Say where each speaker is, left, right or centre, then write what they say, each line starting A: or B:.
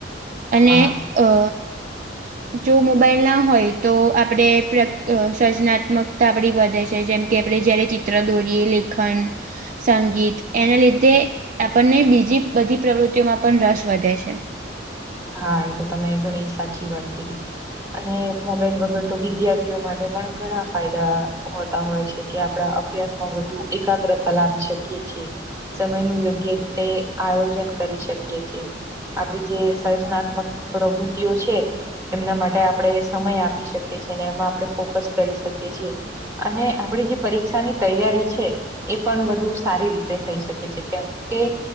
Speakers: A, on the right; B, on the right.
A: અને
B: હા
A: અ જો મોબાઈલ ના હોય તો આપણે સર્જનાત્મક તા આપડી વધે છે જેમ કે આપણે જયારે ચિત્ર દોરીએ લેખન સંગીત એના લીધે આપણને બીજી બધી પ્રવૃત્તિઓમાં પણ રસ વધે છે.
B: હા એ તો તમે ઘણી સાચી વાત કધી અને મોબાઈલ વગર તો વિદ્યાર્થીઓ માટે પણ ઘણા ફાયદા હોતા હોય છે કે આપડા <unintelligible> વધુ એકાગ્રતા લાવી શકી છે, સમય નું યોગ્ય રીતે આયોજન કરી શકીએ છે, આપડી જે સર્જનાત્મક પ્રવૃતિઓ છે એમના માટે આપણે સમય આપી શકીએ છીએ અને એમાં આપણે ફોકસ કરી શકીએ છીએ. અને આપડી જે પરીક્ષાની તૈયારી છે. એ પણ વધુ સારી રીતે થઈ શકે છે. કેમ કે